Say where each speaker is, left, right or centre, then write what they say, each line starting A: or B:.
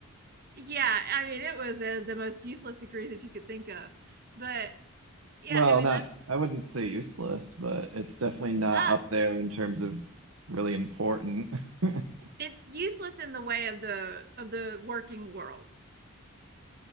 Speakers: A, on the right; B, on the right.
A: Yeah, I mean it was a, the most useless degree that you could think of. But yeah,
B: Well,
A: I mean
B: not
A: that's
B: I wouldn't say useless, but it's definitely not
A: uh,
B: up there in terms of really important. <laughs>
A: it's useless in the way of the of the working world.